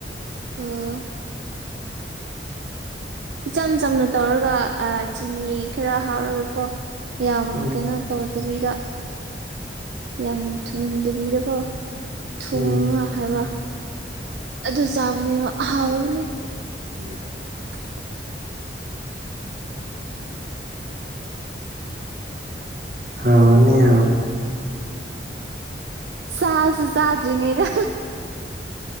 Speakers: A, on the right; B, on the right.
A: ꯑꯣ ꯏꯆꯝ ꯆꯝꯅ ꯇꯧꯔꯒ ꯆꯤꯅꯤ ꯈꯔ ꯍꯥꯞꯔꯒ ꯀꯣ ꯌꯥꯝ
B: ꯎꯝ
A: ꯀꯩꯅꯣ ꯇꯧꯗꯕꯤꯗ ꯌꯥꯝ ꯊꯨꯝꯗꯕꯤꯗꯀꯣ <unintelligible>
B: ꯎꯝ
A: ꯍꯥꯏꯕ꯭ꯔꯥ ꯑꯗꯨ ꯆꯥꯕꯅꯤꯕ ꯑꯍꯥꯎꯕꯅꯤ
B: ꯑꯨꯝ
A: <unintelligible>
B: ꯍꯥꯎꯅꯤꯍꯦ
A: ꯆꯁꯨ ꯆꯥꯗ꯭ꯔꯤꯉꯩꯗ